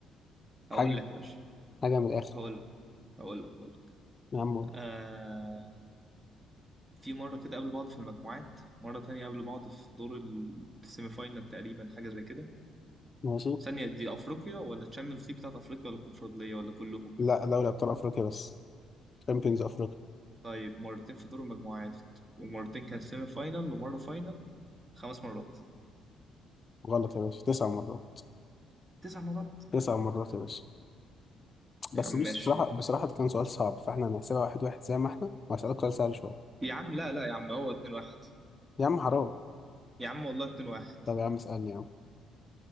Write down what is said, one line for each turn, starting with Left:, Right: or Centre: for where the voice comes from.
Left: حاجة
Right: هقول لك يا باشا
Left: حاجة من الآخر
Right: هقول لك هقول لك هقول لك
Left: يا عم قول.
Right: آه، في مرة كده قابلوا بعض في المجموعات مرة تانية قابلوا بعض في دور ال- السيمي فاينال تقريبا حاجة زي كده
Left: ماشي
Right: ثانية دي أفريقيا ولا تشامبيونز ليج بتاعت أفريقيا ولا الكونفدرالية ولا كلهم
Left: لا دوري أبطال أفريقيا بس شامبيونز أفريقيا
Right: طيب مرتين في دور المجموعات ومرتين كان سيمي فاينال ومرة فاينال خمس مرات
Left: غلط يا باشا تسع مرات
Right: تسع مرات
Left: تسع مرات يا باشا بس
Right: يا عم
Left: بص
Right: ماشي
Left: بصراحة بصراحة ده كان سؤال صعب فاحنا هنحسبها واحد واحد زي ما احنا وهسألك سؤال سهل شوية
Right: يا عم لا لا يا عم هو 2 1
Left: يا عم حرام
Right: يا عم والله 2 1
Left: طب يا عم اسألني يا عم